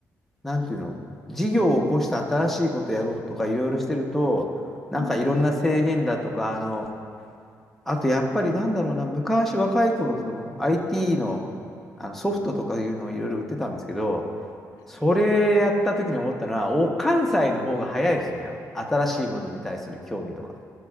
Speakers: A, in the centre; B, on the left.
A: なんていうの、事業を起こして新しいことやろうとかいろいろしてると、なんかいろんな制限だとか、
B: うん。
A: あの、あとやっぱりなんだろうな、昔若い頃、その IT の、あのソフトとかいうのをいろいろ売ってたんですけど、
B: はい。
A: それやった時に思ったのは、お、関西の方が早いですね。あの、新しいものに対する興味とか。